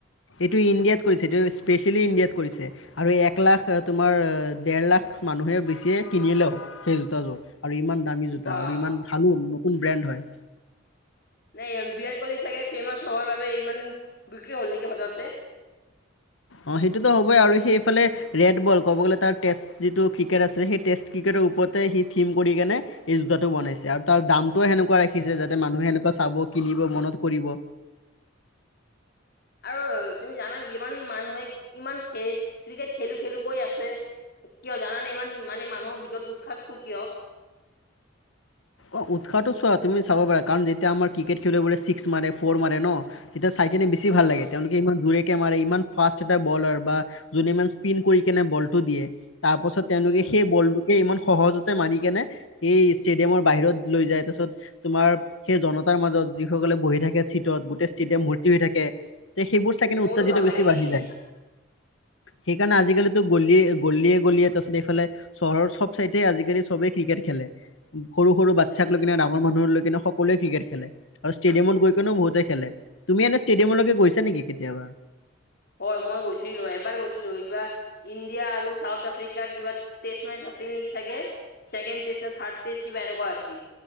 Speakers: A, on the left; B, on the left.
A: এইটো ইণ্ডিয়াত কৰিছে এইটো স্পেচ খালি ইণ্ডিয়াত কৰিছে আৰু এক লাখ তোমাৰ ডেৰ লাখ মানুহে বেছিয়ে কিনিলেও। সেই জোতাযোৰ আৰু ইমান দামী জোতা
B: বা
A: আৰু ইমান ভালো নতুন ব্ৰেণ্ড হয়।
B: নাই বিৰাট কোহলি চাগে ফেমাছ হোৱাৰ বাবে ইমান বিক্ৰী হ'ল নেকি হঠাতে। <inaudible>
A: অ' সেইটোতো হ'বই আৰু সেইফালে ৰেড বল ক'ব গ'লে তাৰ টেষ্ট যিটো ক্ৰিকেট আছিলে সেই টেষ্ট ক্ৰিকেট ওপৰতে সি থিম কৰি কেনে এই জোতাটো বনাইছে আৰু তাৰ দাম টো সেনেকুৱা
B: আচ্ছা
A: ৰাখিছে যাতে মানুহে সেনেকুৱা চাব কিনিব মনত কৰিব।
B: আৰু তুমি জানা নেকি ইমান মানুহে ইমান খে ক্ৰিকেট খেলো-খেলো কৈ আছে। কিয় জানা নে ইমান মানে মানুহৰ ভিতৰত উৎসাহটো কিয়।
A: অ' উৎসাহটো চোৱা তুমি চাব পাৰা কাৰণ যেতিয়া আমাৰ ক্ৰিকেট খেলিব পাৰে ছিক্স মাৰে ফ'ৰ মাৰে ন তেতিয়া চাইকেনে বেছি
B: হয়?
A: ভাল লাগে তেওঁলোকে ইমান জোৰেকে কে মাৰে, ইমান ফাষ্ট এটা বলাৰ বা যোনে মান স্পিন কৰি কেনে বলটো দিয়ে তাৰ পাছত তেওঁলোকে
B: উম
A: সেই বল ইমান সহজতে মাৰি কেনে সেই ষ্টেডিয়ামৰ বাহিৰত লৈ যায় তাৰপিছত তোমাৰ সেই জনতাৰ মাজত যিসকলে বহি থাকে চিটত গোটেই ষ্টেডিয়াম ভৰ <unintelligible> হৈ থাকে তে সেইবোৰ চাইকিনে
B: মোৰো
A: উত্তেজিত
B: ভাল
A: বেছি
B: লাগে চাই
A: বাঢ়ি
B: কিনে
A: যায়। সেইকাৰণে আজিকালিতো গলিয়ে গলিয়ে গলিয়ে তাৰপিছত এইফালে চহৰ চব <unintelligible> আজিকালি চবেই ক্ৰিকেট খেলে, সৰু- সৰু
B: আচ্ছা।
A: বাচ্ছাক লৈ কিনে ডাঙৰ মানুহৰ লৈ কিন্তু সকলোৱে ক্ৰিকেট খেলে আৰু ষ্টেডিয়ামত গৈ কিনেও বহুতে খেলে তুমি এনে ষ্টেডিয়ামলৈকে গৈছা নেকি কেতিয়াবা। অ'।
B: হয় মই গৈছিলো এবাৰ গৈছিলো কিবা ইণ্ডিয়া আৰু চাউথ আফ্ৰিকাৰ কিবা টেষ্ট মেচ আ ছিল নেকি চাগে চেকেণ্ড টেষ্ট নে থাৰ্ড টেষ্ট কিবা এনেকুৱা আছিল।